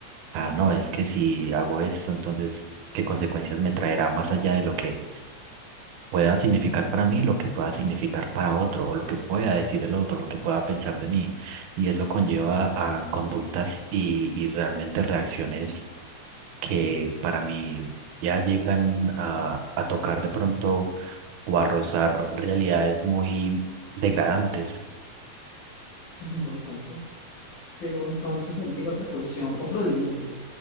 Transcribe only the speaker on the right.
Ah, no, es que si hago esto, entonces, ¿qué consecuencias me traerá más allá de lo que pueda significar para mí, lo que pueda significar para otro, o lo que pueda decir el otro, lo que pueda pensar de mí? Y eso conlleva a conductas y, y realmente reacciones que para mí ya llegan a, a tocar de pronto o arrozar realidades muy degradantes.